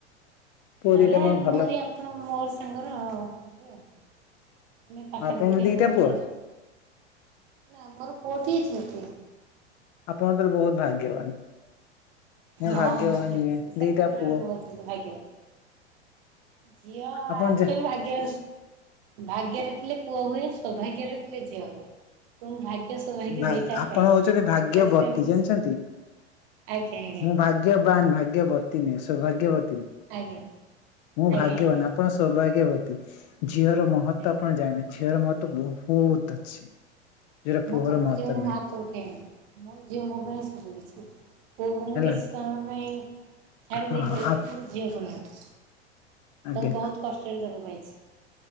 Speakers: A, on the left; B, on the right.
A: ପୁଅ
B: ତାହେଲେ
A: ଦିଟା ମୋର
B: ମୋରି
A: ଭଲ
B: ଆପଣ ମୋରି ସାଙ୍ଗର ହେବେ ଆଉ। ଆମେ ପାଖାପାଖି
A: ଆପଣଙ୍କୁ ଦିଟା
B: ରହୁଚୁ
A: ପୁଅ
B: ଆଉ ନା ଆମର ପୁଅଟିଏ ଝିଅଟିଏ।
A: ଆପଣଙ୍କର ବହୁତ ଭାଗ୍ୟବାନ। ମୁ
B: ହଁ
A: ଭାଗ୍ୟବାନ
B: ନିଶ୍ଚୟ
A: ନୁହେଁ
B: ସେ
A: ଦିଟା
B: କ୍ଷେତ୍ରରେ
A: ପୁଅ।
B: ବହୁତ ଭାଗ୍ୟବାନ। ଝିଅ
A: ଆପଣ
B: ଏକ୍ଟୁଆଲୀ
A: ଯା
B: ଭାଗ୍ୟ ଭାଗ୍ୟରେ ପୁଅ ହୁଏ ସୌଭାଗ୍ୟ ଥିଲେ ଝିଅ ହୁଏ ତ ଭାଗ୍ୟ ସୌଭାଗ୍ୟ
A: ବା
B: ଦିଟା
A: ଆପଣ
B: ପାଇଛି
A: ହଉଛନ୍ତି ଭାଗ୍ୟବତୀ
B: ସେଥିପାଇଁ ମୁଁ ଖୁସି।
A: ଜାଣିିଛନ୍ତି।
B: ଆଜ୍ଞା ଆଜ୍ଞା
A: ମୁଁ ଭାଗ୍ୟବାନ ଭାଗ୍ୟବତୀ ନ ସୌଭାଗ୍ୟବ
B: ଆଜ୍ଞା।
A: ମୁଁ
B: ଆଜ୍ଞା
A: ଭାଗ୍ୟବାନ
B: ଆଜ୍ଞା
A: ଆପଣ ସୌଭାଗ୍ୟବ ଝିଅର ମହତ୍ତ୍ଵ
B: ଆଜ୍ଞା।
A: ଆପଣ ଜାଣେ ଝିଅର ମହତ୍ତ୍ବ ବହୁତ ଅଛି। ଯୋଉଟା
B: ମୁଁ
A: ପୁଅର
B: ତ ମୋ
A: ମହତ୍ଵ
B: ଝିଅକୁ ମୋ
A: ନାହିଁ
B: ହାତ ଉଠେଇନି ମୋ ଝିଅ ମୋ ପାଇଁ ସବୁ କିଛି। ପୁଅକୁ ମୁଁ
A: ହେଲା
B: କିଛି ସମୟ ପାଇଁ ଛାଡ଼ି
A: ହଁ
B: ଦେଇ ପାରିବି
A: ଆ
B: କିନ୍ତୁ ଝିଅକୁ ନାହଁ।
A: ଆଜ୍ଞା
B: ତାକୁ ବହୁତ କଷ୍ଟରେ ତାକୁ ପାଇଛି।